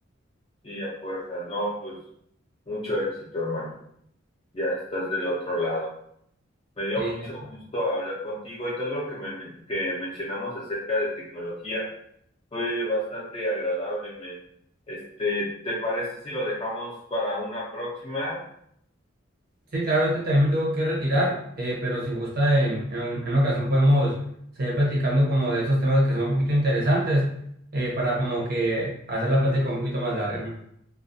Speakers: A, on the left (about 25°); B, on the right (about 50°).
A: Sí, a fuerza. No, pues mucho éxito, hermano. Ya estás del otro lado. Me dio
B: Sí,
A: mucho
B: ya.
A: gusto hablar contigo y todo lo que, me, que mencionamos acerca de tecnología Fue bastante agradable, men. Este, ¿te parece si lo dejamos para una próxima?
B: Sí, claro, ahorita también me tengo que retirar, eh, pero si gusta, en, en, en una ocasión podemos seguir platicando como de esos temas que son un poquito interesantes, eh, para como que hacer la plática un poquito más larga, ¿no?